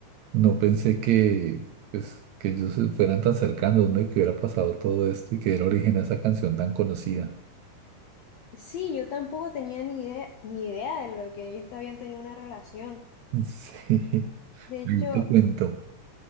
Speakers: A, on the right; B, on the left.
A: No pensé que, pues, que ellos se fueran tan cercanos, ¿no? Y que hubiera pasado todo esto y que era origen a esa canción tan conocida.
B: Sí, yo tampoco tenía ni idea, ni idea de lo que ellos te habían tenido una relación.
A: Sí, <laughs>
B: De hecho,
A: ahí te cuento.